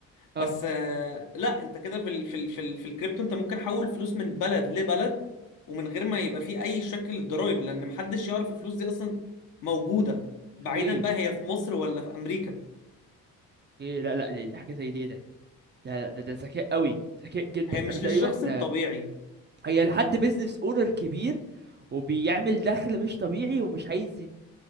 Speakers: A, on the left; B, on the right.
A: بس
B: اه
A: آه، لا انت كده في ال... في ال... في, ال... في الكريبتو انت ممكن حول فلوس من بلد لبلد ومن غير ما يبقى فيه اي شكل للضرائب لان محدش يعرف الفلوس دي اصلا موجوده بعيدا
B: هي
A: بقى هي في مصر ولا في امريكا
B: ايه لا لا دي دي حاجه زي دي ايه ده لا لا ده ده ذكاء قوي ذكاء جدا
A: هي مش
B: انا تقريبا
A: للشخص الطبيعي
B: هي لحد بيزنس اونر كبير وبيعمل دخل مش طبيعي ومش عايز